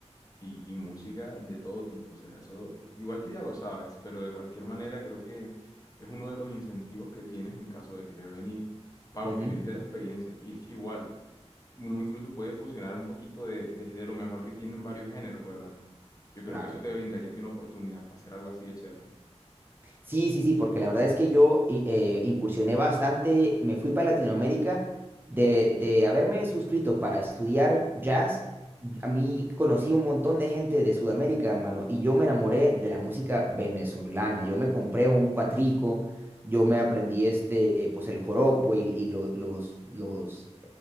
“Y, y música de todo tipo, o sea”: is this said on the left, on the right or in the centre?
Left